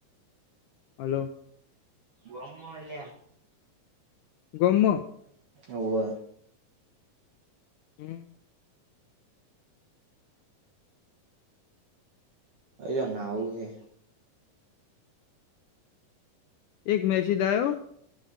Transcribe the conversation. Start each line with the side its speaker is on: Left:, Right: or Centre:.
Left: હલ્લો.
Right: ગોમમાં હોય લ્યા
Left: ગમમાં
Right: હોવે
Left: હમ્મ.
Right: અર્યા નાઉ હે
Left: એક મેસિદ આયો.